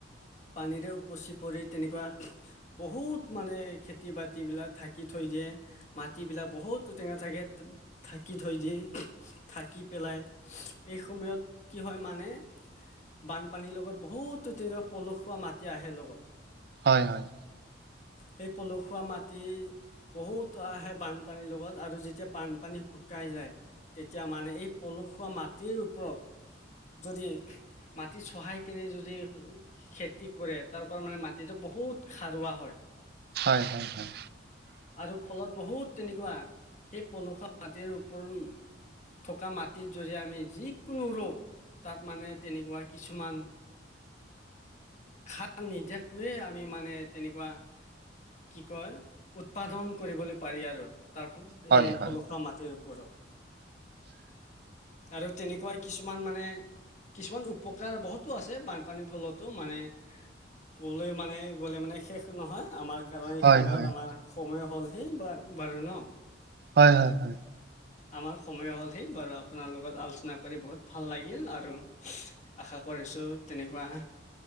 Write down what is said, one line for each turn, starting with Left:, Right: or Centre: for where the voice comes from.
Left: পানীৰে উপচি পৰি তেনেকুৱা বহুত মানে খেতি বাতিবিলাক ঢাকি থৈ দিয়ে। মাটিবিলাক বহুত টেঙা থাকে, তে-ঢাকি থৈ দিয়ে। ঢাকি পেলাই, এই সময়ত কি হয় মানে বানপানী লগত বহুতো তেনেকুৱা পলসুৱা মাটি আহে লগত।
Right: হয় হয়।
Left: সেই পলসুৱা মাটি বহুতো আহে বানপানীৰ লগত, আৰু যেতিয়া বানপানী শুকাই যায় তেতিয়া মানে এই পলসুৱা মাটিৰ ওপৰত যদি মাটি চহাই কিনে যদি খেতি কৰে, তাৰ পৰা মানে মাটিটো বহুত খাৰুৱা হয়।
Right: হয় হয় হয়।
Left: আৰু ফলত বহুত তেনেকুৱা, সেই পলসুৱা মাটিৰ উপৰিও থকা মাটিত যৰি আমি যি কোনো ৰুওঁ, তাত মানে তেনেকুৱা কিছুমান সাৰ নিদিয়াকৈয়ে আমি মানে তেনেকুৱা কি কয়, উৎপাদন কৰিবলৈ পাৰি আৰু, তাৰ ফ,
Right: হয়
Left: এই
Right: হয়
Left: পলসুৱা মাট টিৰ ওপৰত।
Right: <inaudible>
Left: আৰু তেনেকুৱাই কিছুমান মানে, কিছুমান উপকাৰ বহুতো আছে বানপানীৰ ফলত টো মানে, ক'লে মানে, গ'লে মানে শেষ নহয় আমাৰ কাৰণ, এই
Right: হয়
Left: সময়ত
Right: হয় হয়
Left: আমাৰ সময় হ'লহি, বা-বাৰু ন'?
Right: হয় হয় হয়।
Left: আমাৰ সময় হ'লহি। বাৰু আপোনাৰ লগত আলোচনা কৰি বহুত ভাল লাগিল আৰু আশা কৰিছোঁ তেনেকুৱা